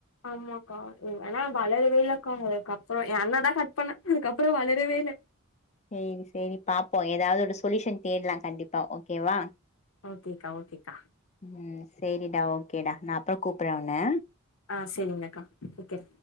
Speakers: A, on the left; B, on the left.
A: ஆமாக்கா ஏன்னா வளரவே இல்லக்கா அதுக்கப்றோ எ அண்ண தா கட் பண்ணா அதுக்கப்றோ வளரவே இல்ல
B: செரி செரி பாப்போ ஏதாவது ஒரு சொலுயூஷன் தேடலா கண்டிப்பா ஓகேவா
A: ஓகேக்கா ஓகேக்கா
B: உம் சேரிடா கேடா நா அப்றோ கூப்றே உன்ன
A: ஆ சேரிங்கக்கா ஓகே